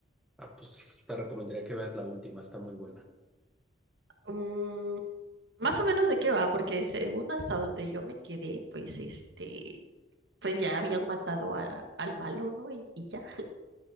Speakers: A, in the centre; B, on the right (about 65°).
A: Ah, pues te recomendaría que veas la última, está muy buena.
B: Mm, más o menos de qué va, porque según hasta donde yo me quedé, pues este, pues ya habían matado a- al malo, ¿no? Y, y ya.